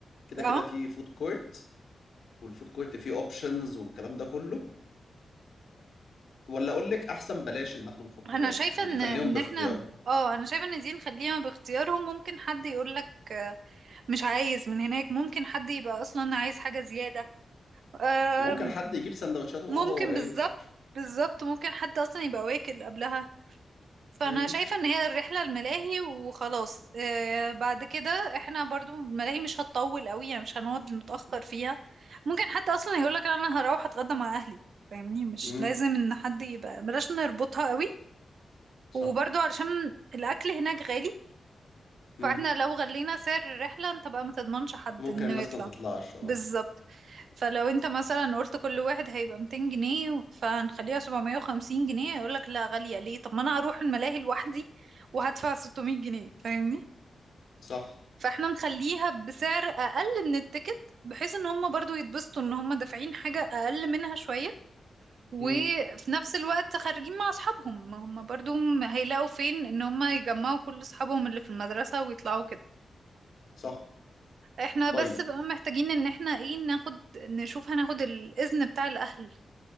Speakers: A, on the left; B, on the right.
A: كده
B: اه
A: كده في فود كورت والفود كورت فيه اوبشنز والكلام ده كله ولا اقول لك احسن بلاش ان احنا نحط
B: انا
A: الوجبه
B: شايفه
A: يعني
B: ان
A: خليهم
B: ان
A: باختيارهم
B: احنا اه انا شايفه ان دي نخليها باختيارهم ممكن حد يقول لك مش عايز من هناك ممكن حد يبقى اصلا عايز حاجه زياده آم،
A: وممكن حد يجيب سندوتشاته معاه
B: ممكن
A: وهو جاي
B: بالظبط
A: وشكرا
B: بالظبط ممكن حد اصلا يبقى واكل قبلها فانا
A: امم
B: شايفه ان هي الرحله الملاهي وخلاص آه، بعد كده احنا برضو الملاهي مش هتطول قوي يعني مش هنقعد متاخر فيها ممكن حد اصلا يقول لك انا هروح اتغدى مع اهلي فاهمني مش
A: امم
B: لازم ان حد يبقى بلاش نربطها قوي
A: صح
B: وبرضو علشان الأكل هناك غالي فاحنا
A: امم
B: لو غلينا سعر الرحلة انت بقى ما تضمنش حد
A: ممكن
B: انه
A: الناس
B: يطلع
A: ما تطلعش اه
B: بالظبط فلو انت مثلا قلت كل واحد هيبقى 200 جنيه فهنخليها 750 جنيه يقولك لا غالية ليه طب ما انا هروح الملاهي لوحدي وهدفع 600 جنيه فاهمني
A: صح
B: فاحنا نخليها بسعر اقل من التيكت بحيث ان هم برضو يتبسطوا ان هم دافعين حاجة اقل منها شوية وفي
A: امم
B: نفس الوقت خارجين مع اصحابهم ما هم برضو م- هيلاقوا فين ان هم يجمعوا كل اصحابهم اللي في المدرسة ويطلعوا كده
A: صح
B: احنا بس
A: طيب
B: بقى محتاجين ان احنا ايه ناخد نشوف هناخد الاذن بتاع الاهل